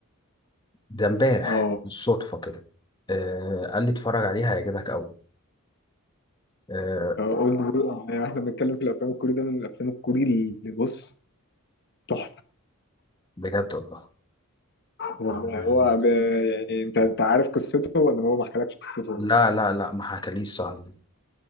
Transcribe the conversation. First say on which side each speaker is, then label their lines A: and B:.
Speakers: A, on the left (about 20°); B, on the left (about 50°).
A: ده إمبارح
B: اه
A: بالصدفة كده آه، قال لي اتفرج عليها هيعجبك أوي آه،
B: اولد بوي يعني احنا بنتكلم في الافلام الكوري ده من الافلام الكوري اللي بص تحفه
A: بجد والله
B: والله
A: آه،
B: هو ب... يعني انت انت عارف قصته ولا هو ما حكالكش قصته
A: لا لا لا ما حكاليش صاحبي